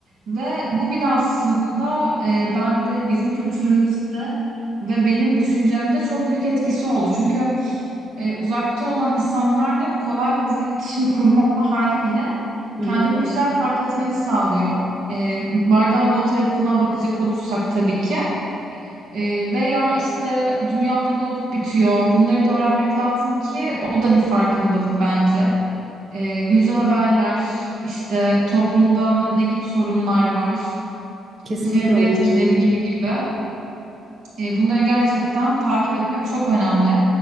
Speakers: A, on the right; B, on the right.
A: Ve bu bile aslında e, bende bizim kültürümüzde ve benim düşüncemde çok büyük etkisi oldu. Çünkü e, uzakta olan insanlarla kolay ve hızlı iletişim kurma hali bile
B: hı
A: kendinde
B: hı.
A: bir şeyler fark etmeni sağlıyor. E, bardağın doğu tarafına bakacak olursak tabii ki. E, veya işte dünyada ne olup bitiyor bunları da öğrenmek lazım ki o da bir farkındalık bence. E, güncel haberler, işte toplumda ne ne gibi sorunlar var,
B: Kesinlikle
A: çevre
B: öyle.
A: etkileri gibi gibi. E, Bunları gerçekten takip etmek çok önemli.